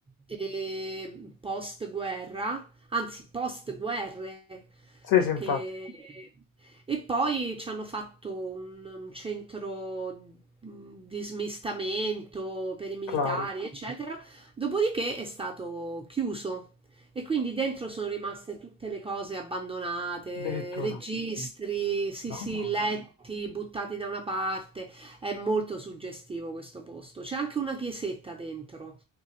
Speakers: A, on the right; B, on the left.
A: eh, post-guerra, anzi post-guerre,
B: Sì,
A: perché...
B: sì, infatti,
A: E poi ci hanno fatto un, un centro mh, di smistamento per i militari,
B: claro,
A: eccetera. Dopodiché è stato chiuso. E quindi dentro sono rimaste tutte le cose abbandonate,
B: addirittura.
A: registri, sì
B: No,
A: sì, letti buttati da una parte. È molto suggestivo questo posto. C'è anche una chiesetta dentro,